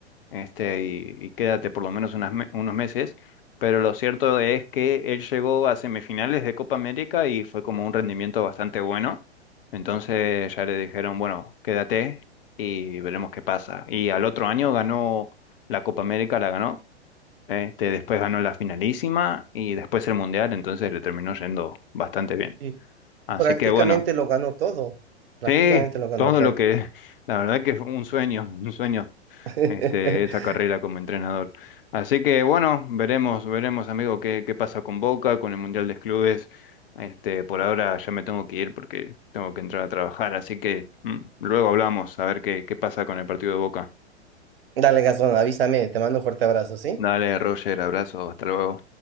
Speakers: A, on the left; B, on the right.
A: este, y, y quédate por lo menos unas me- unos meses. Pero lo cierto es que él llegó a semifinales de Copa América y fue como un rendimiento bastante bueno. Entonces ya le dijeron, bueno, quédate y veremos qué pasa. Y al otro año ganó la Copa América, la ganó. Este, después ganó la finalísima y después el Mundial, entonces le terminó yendo bastante bien.
B: Sí.
A: Así
B: Prácticamente
A: que bueno,
B: lo ganó todo, prácticamente
A: sí,
B: lo ganó
A: todo
B: todo.
A: lo que, <laughs> la verdad que fue un sueño, un sueño
B: <laughs>
A: este, esa carrera como entrenador. Así que bueno, veremos, veremos, amigo, qué, qué pasa con Boca, con el Mundial de Clubes. Este, por ahora ya me tengo que ir porque tengo que entrar a trabajar, así que mm, luego hablamos a ver qué, qué pasa con el partido de Boca.
B: Dale, Gastón, avísame, te mando un fuerte abrazo, ¿sí?
A: Dale, Roger, abrazo, hasta luego.